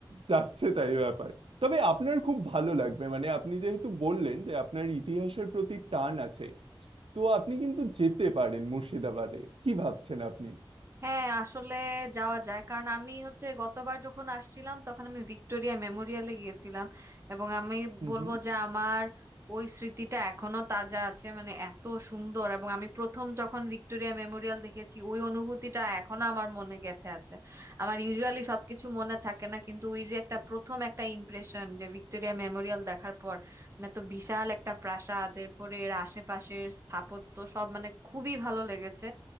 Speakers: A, on the right (about 80°); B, on the right (about 30°).
A: যাচ্ছে তাই ব্যাপার তবে আপনার খুব ভালো লাগবে মানে আপনি যেহেতু বললেন যে আপনার ইতিহাসের প্রতি টান আছে তো আপনি কিন্তু যেতে পারেন মুর্শিদাবাদে কি ভাবছেন আপনি
B: হ্যাঁ আসলে যাওয়া যায় কারণ আমি হচ্ছে গতবার যখন আসছিলাম তখন আমি ভিক্টোরিয়া মেমোরিয়ালে গিয়েছিলাম এবং আমি
A: হুম
B: বলবো
A: হুম
B: যে আমার ওই স্মৃতিটা এখনো তাজা আছে মানে এত সুন্দর এবং আমি প্রথম যখন ভিক্টোরিয়া মেমোরিয়াল দেখেছি ওই অনুভূতিটা এখনো আমার মনে গেঁথে আছে আমার ইউজুয়ালি সবকিছু মনে থাকে না কিন্তু ওই যে একটা প্রথম একটা ইমপ্রেশন যে ভিক্টোরিয়া মেমোরিয়াল দেখার পর মানে তো বিশাল একটা প্রাসাদ এরপরে এর আশেপাশের স্থাপত্য সব মানে খুবই ভালো লেগেছে